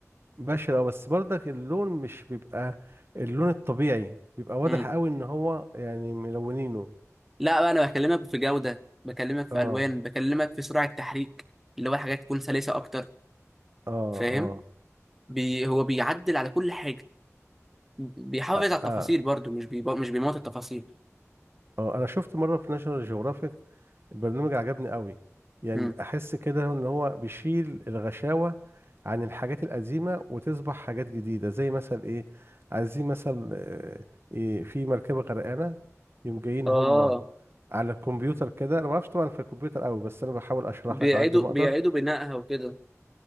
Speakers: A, on the right; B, in the centre.
A: بشع أوي، بس برضك اللون مش بيبقى اللون الطبيعي بيبقى واضح
B: مم.
A: قوي ان هو يعني ملونينه
B: لا بقى انا بكلمك في جوده بكلمك في
A: اه
B: الوان بكلمك في سرعه تحريك اللي هو حاجات تكون سلسه اكتر
A: اه
B: فاهم
A: اه,
B: بي هو بيعدل على كل حاجه بيحافظ
A: آه.
B: على التفاصيل
A: آه.
B: برضو مش بي... مش بيموت التفاصيل
A: آه. انا شفت مرة في ناشونال جيوغرافيك البرنامج عجبني قوي يعني
B: مم.
A: احس كده ان هو بيشيل الغشاوة عن الحاجات القديمة وتصبح حاجات جديدة زي مثلا ايه عايزين مثلا آه، إيه في مركبة غرقانة يوم جايين
B: اه
A: هما على الكمبيوتر كده انا ما اعرفش طبعا في الكمبيوتر قوي بس انا بحاول اشرح
B: بيعيدوا
A: لك على قد ما
B: بيعيدوا
A: اقدر
B: بنائها وكده